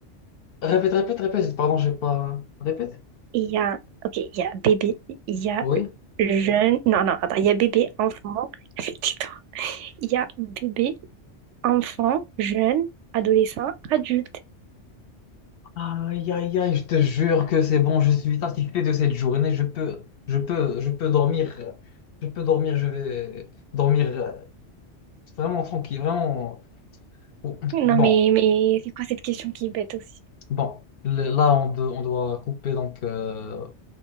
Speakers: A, on the left (about 60°); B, on the right (about 80°).
A: Répète, répète, répète. Pardon, j'ai pas. Répète.
B: Et il y a, ok, il y a bébé, il y a
A: Oui.
B: jeune. Non, non, attends, il y a bébé, enfant. <laughs> Tais-toi. Il y a bébé, enfant, jeune, adolescent, adulte.
A: Aïe, aïe, aïe, je te jure que c'est bon, je suis satisfait de cette journée. Je peux, je peux, je peux dormir. euh, Je peux dormir, je vais dormir euh, vraiment tranquille, vraiment. Ouh,
B: Non,
A: Bon,
B: mais, mais c'est quoi cette question qui est bête aussi?
A: bon. Le- Là, on, de- on doit couper donc euh,